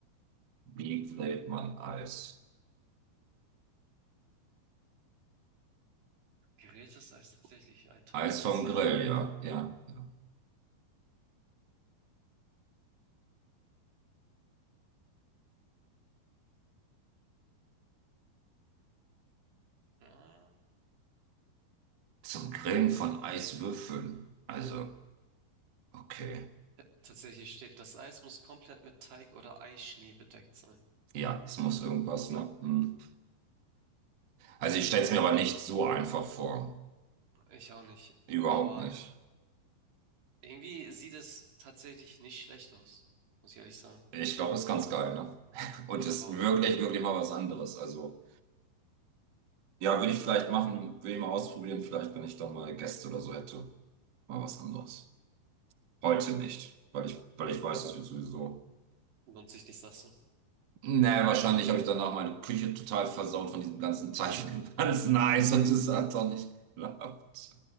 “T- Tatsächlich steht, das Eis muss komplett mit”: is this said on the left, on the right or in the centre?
Right